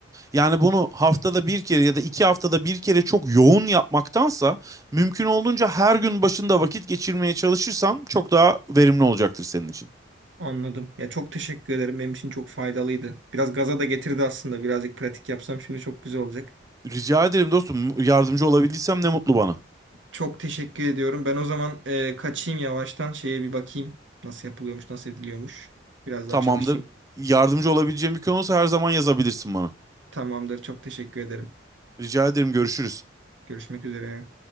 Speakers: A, on the right; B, on the right.
A: Yani bunu haftada bir kere ya da iki haftada bir kere çok yoğun yapmaktansa mümkün olduğunca her gün başında vakit geçirmeye çalışırsan çok daha verimli olacaktır senin için.
B: anladım. Ya çok teşekkür ederim. Benim için çok faydalıydı. Biraz gaza da getirdi aslında. Birazcık pratik yapsam şimdi çok güzel olacak.
A: Rica ederim dostum yardımcı olabildiysem ne mutlu bana.
B: Çok teşekkür ediyorum. Ben o zaman e, kaçayım yavaştan. Şeye bir bakayım. Nasıl yapılıyormuş, nasıl ediliyormuş. Biraz
A: Tamamdır.
B: daha çalışayım.
A: Yardımcı olabileceğim bir konu olsa her zaman yazabilirsin bana.
B: Tamamdır. Çok teşekkür ederim.
A: Rica ederim görüşürüz.
B: Görüşmek üzere.